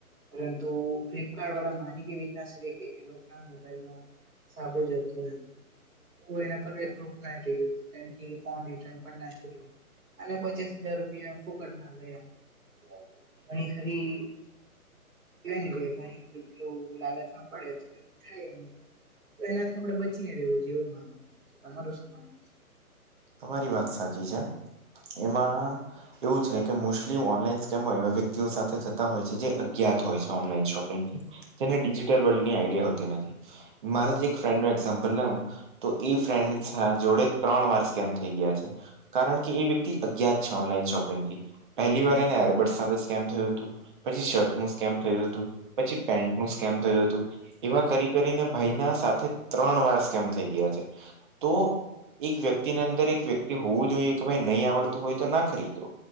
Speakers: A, on the right; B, on the right.
A: પરંતુ ફ્લિપકાર્ટ વાળા માની કેવી રીત ના શકે કે ના મોબાઈલમાં સાબુ જ હતું એમ કોઈના પર કઈ પ્રૂફ ના રહ્યું ત્યાંથી ફોન રિટર્ન પણ ન થયો. અને પચાસ હજાર રૂપિયા ફોકટ ના ગયા ઘણી ખરી કેવા ને કે ઘણી ખરું પેલું લાલચમાં પડે તો એવું થાય અમુક તો એનાથી આપડે બચીને રવું જે એવું મારું માનવું છે તમારું શું માનવું છે?
B: તમારી વાત સાચી છે. એમાં એવું છે કે મોસ્ટલી ઓનલાઈન સ્કેમો એવા વ્યક્તિઓ સાથે થતા હોય છે જે અજ્ઞાત હોય છે ઓનલાઈન શોપિંગથી. જેને ડિજિટલ વર્લ્ડની આઈડિયા હોતી નથી મારે જ એક ફ્રેન્ડ નું એક્ઝામ્પલ લેવું તો એ ફ્રેન્ડ જોડે ત્રણ વારષ કેમ થઈ ગયા છે કારણ કે એ વ્યક્તિ અજ્ઞાત છે ઓનલાઈન શોપિંગથી. પહેલી વાર એને એરબર્ડ સાથે સ્કેમ થયું હતું. પછી શર્ટ નું સ્કેમ થયું હતું, પછી પેન્ટ નું સ્કેમ થયું હતું. એવા કરી કરીને ભાઈના સાથે ત્રણ વાર સ્કેમ થઇ ગયા છે. તો એક વ્યક્તિની અંદર એક વ્યક્તિ હોવું જોઈએ કે ભાઈ નહી આવડતું હોય તો ના ખરીદો.